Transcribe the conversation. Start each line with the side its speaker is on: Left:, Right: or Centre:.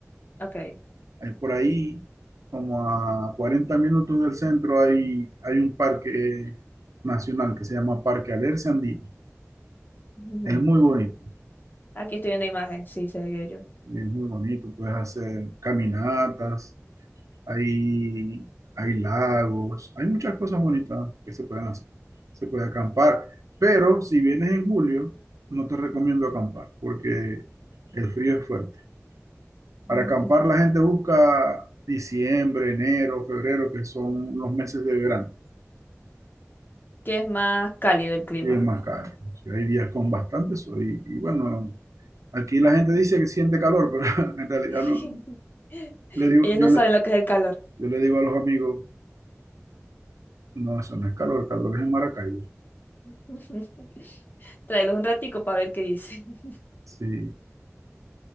Left: Ok.
Right: Eh, por ahí, como a 40 minutos del centro, hay, hay un parque nacional que se llama Parque Alerce Andino.
Left: Ujú.
Right: Es muy bonito,
Left: Aquí estoy en la imagen. Sí, se ve bello.
Right: es muy bonito, puedes hacer caminatas hay, hay lagos, hay muchas cosas bonitas que se pueden hacer. Se puede acampar, pero si vienes en julio, no te recomiendo acampar porque el frío es fuerte. Para
Left: <laughs>
Right: acampar
Left: Ujú.
Right: la gente busca diciembre, enero, febrero, que son los meses de verano
Left: Que es más cálido el clima.
Right: y es más caro. O sea, hay días con bastante sol y, y bueno, aquí la gente dice que siente calor, pero <laughs> en realidad
Left: <laughs>
Right: no, le digo,
Left: Ellos
Right: yo,
Left: no
Right: le,
Left: saben lo que es el calor.
Right: yo le digo a los amigos, no, eso no es calor, calor es en Maracaibo.
Left: <laughs> Tráelos un ratico para ver qué dice. <laughs>
Right: Sí,